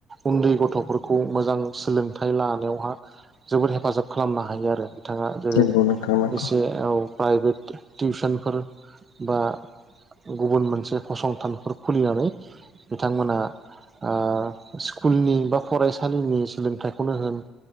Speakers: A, on the right; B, on the left.
A: उन्दै गथ' फोरखौ मोजां सोलोंथाइ लानायावहा जोबोद हेफाजाब खालामनो हायो आरो बिथाङा जेरै
B: नंगौ नोंथां नंगौ
A: एसे प्राइभेट टिउसनफोर बा गुबुन मोनसे फसंथानफोर खुलिनानै बिथांमोनहा स्कुलनि बा फरायसालिनि सोलोंथाइखौनो होन